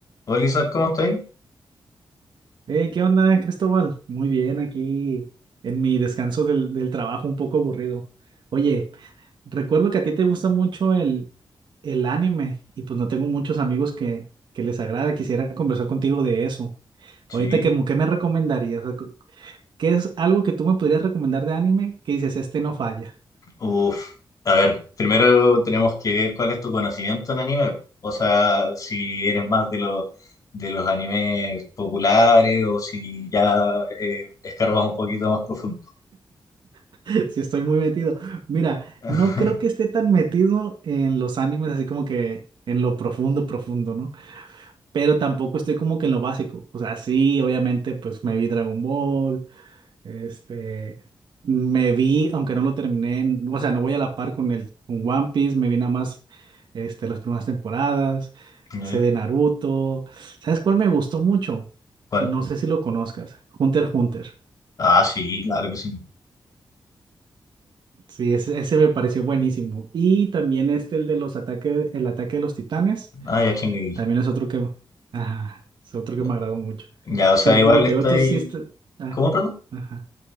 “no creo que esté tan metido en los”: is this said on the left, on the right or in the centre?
Right